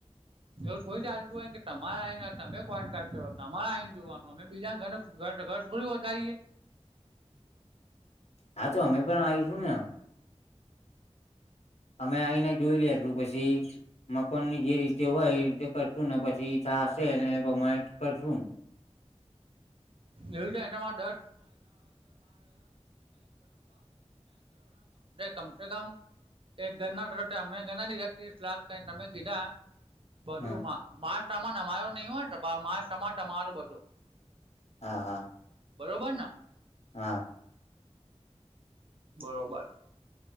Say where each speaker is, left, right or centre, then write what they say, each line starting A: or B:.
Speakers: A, on the right; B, on the left.
A: એવું જોઈ ચાલતું હોય કે તમારાને તમે કોન્ટ્રાક્ટ કર તમારા આઈને જોવાનું અમે બીજા ઘ ઘર થોડી વધારીએ
B: હા તો અમે પણ આવીશું ને અમે આવીઈને જોઈ લેશુ પછી મકાન ની જે રીતે હોય એ રીતે કરશું ને પછી ઈછા હશે ને બમાટ કર રું
A: દસ એવા ગરો કમસે કમ એક ઘર અમે ઘર લીધા ત્રીસ લાખ ક તમે કીધા બરોું
B: હા
A: મા માં નમાયો નહીિ હોય મા સમા તમારું બધું
B: હા હા
A: બરોબર ના
B: હા
A: બરોબર